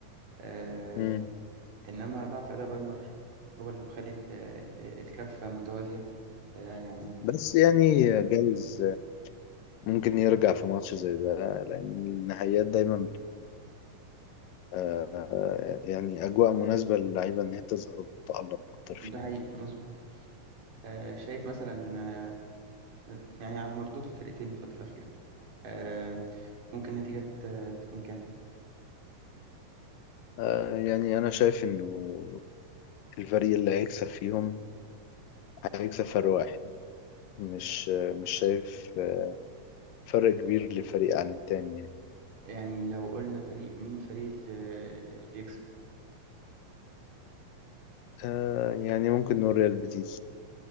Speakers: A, on the right; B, on the left.
A: آه،
B: مم.
A: إنما ضعف أداء بالمر هو اللي مخلي ال- ال- الكفة متوازية آه، يعني
B: بس يعني
A: آه،
B: جايز ممكن يرجع في ماتش زي ده لأن النهائيات دايما آه، يعني أجواء مناسبة للعيبة إن هي تظهر وتتألق أكتر
A: ده
B: فيها
A: حقيقي
B: يعني.
A: مظبوط آه، شايف مثلا آه، يعني على مردود الفرقتين الفترة الأخيرة آه، ممكن النتيجة ت- تكون كام
B: آه، يعني أنا شايف إنه الفريق اللي هيكسب فيهم هيكسب فرق واحد مش آه، مش شايف آه، فرق كبير لفريق عن التاني يعني
A: يعني لو قلنا فريق مين فريق ال- اللي يكسب
B: آه، يعني ممكن نقول ريال بيتيس